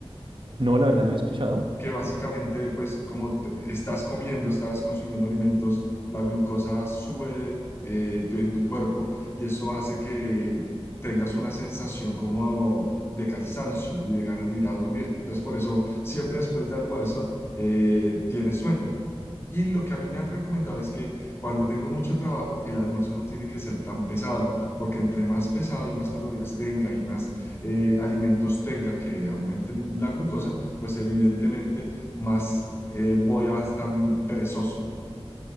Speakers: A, on the right; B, on the left.
A: No, la verdad no he escuchado.
B: que básicamente, pues como te- estás comiendo, estás consumiendo alimentos, la glucosa sube eh, tu- en tu cuerpo y eso hace que tengas una sensación como de cansancio y de ganas de ir a dormir. Entonces, por eso, siempre después de almuerzo, eh, tienes sueño. Y lo que a mí me han recomendado es que cuando tengo mucho trabajo, el almuerzo no tiene que ser tan pesado, porque entre más pesado y más calorías tenga y más eh, alimentos tenga que aumenten la glucosa, pues evidentemente más eh, voy a estar perezoso.